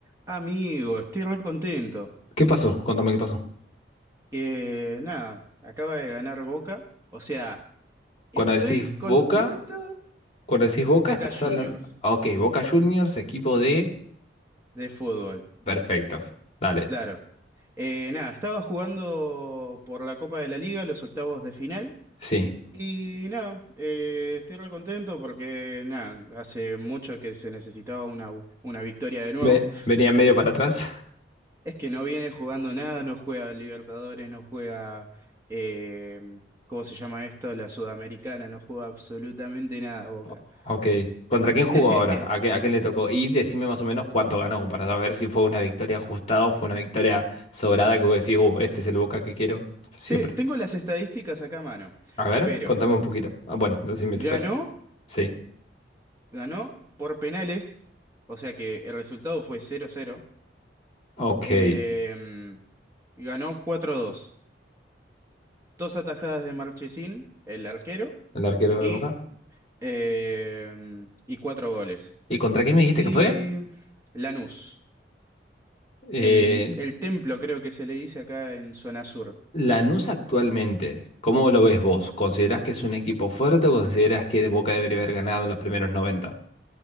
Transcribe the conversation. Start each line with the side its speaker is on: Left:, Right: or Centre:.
Right: Amigo, estoy re contento.
Left: ¿Qué pasó? Contame qué pasó.
Right: Eh, nada, acaba de ganar Boca. O sea, estoy
Left: Cuando decís
Right: contento.
Left: Boca, cuando decís Boca,
Right: Boca
Left: estás
Right: Juniors
Left: hablando. Ah, Ok, Boca Juniors, equipo de.
Right: de fútbol,
Left: Perfecto. Dale.
Right: claro. Eh, nada, estaba jugando por la Copa de la Liga, los octavos de final.
Left: Sí.
Right: Y nada, eh, estoy re contento porque nada, hace mucho que se necesitaba una, una victoria de nuevo.
Left: Ve, venía medio para atrás.
Right: Es que no viene jugando nada, no juega Libertadores, no juega, eh, ¿cómo se llama esto? La Sudamericana, no juega absolutamente nada,
Left: <laughs>
Right: Boca.
Left: O- Ok. ¿Contra
Right: En-
Left: quién jugó
Right: <laughs>
Left: ahora? ¿A qué, a quién le tocó? Y decime más o menos cuánto ganó para saber si fue una victoria ajustada o fue una victoria sobrada que vos decís, uh, este es el Boca que quiero siempre.
Right: Te- Tengo las estadísticas acá a mano,
Left: A ver,
Right: pero
Left: contame un poquito. Ah, bueno, decime
Right: ganó,
Left: tú, pero. Sí.
Right: ganó por penales, o sea que el resultado fue 0-0.
Left: Ok.
Right: eh,
Left: El
Right: ganó 4-2, dos dos atajadas de Marchesín, el arquero,
Left: arquero
Right: y,
Left: de Boca.
Right: eh, y cuatro goles.
Left: ¿Y contra quién me dijiste
Right: Y
Left: que fue?
Right: Lanús.
Left: Eh,
Right: El, el templo creo que se le dice acá en zona sur.
Left: Lanús actualmente, ¿cómo lo ves vos? ¿Considerás que es un equipo fuerte o considerás que Boca debería haber ganado en los primeros 90?